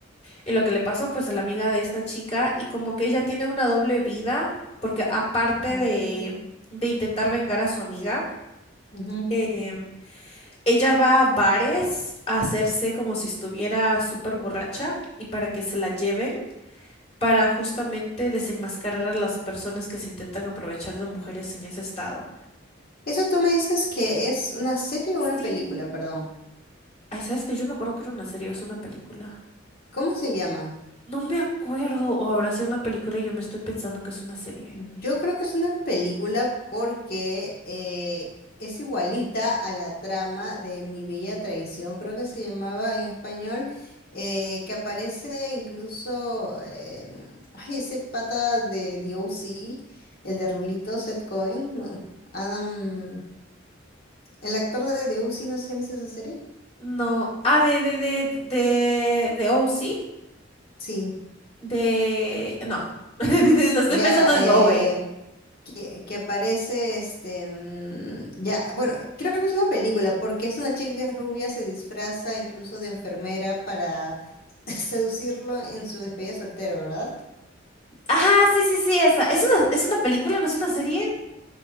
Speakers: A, on the left (about 35°); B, on the left (about 50°).
A: y lo que le pasó pues a la amiga de esta chica y como que ella tiene una doble vida porque aparte
B: Ujú.
A: de, de intentar vengar a su amiga,
B: Ujú.
A: em, ella va a bares a hacerse como si estuviera súper borracha y para que se la lleven para justamente desenmascarar a las personas que se intentan aprovechar de mujeres en ese estado.
B: Eso tú me dices que es una serie o
A: Sí,
B: una película, perdón.
A: Ay, ¿sabes que Yo me acuerdo que era una serie o es una película.
B: ¿Cómo se llama?
A: No me acuerdo, o habrá sido una película y yo me estoy pensando que es una serie.
B: Yo creo que es una película porque eh, es igualita a la trama de Mi Bella Traición, creo que se llamaba en español, eh, que aparece incluso eh, ay, ese pata de The O.C., el de Rulito, Seth Cohen, no, Adam, el actor de The O.C., no sé si has visto esa serie.
A: No. Ah, de, de, de, de, de O C,
B: Sí,
A: De. No. <laughs> No
B: s-
A: estoy
B: ya,
A: pensando en
B: eh,
A: OA.
B: que, que aparece este mm, ya, bueno, creo que es una película, porque es una chica que es rubia, se disfraza incluso de enfermera para <laughs> seducirlo en su despedida de soltero, ¿verdad?
A: Ajá, sí, sí, sí, esa. Es una, es una película, no es una serie.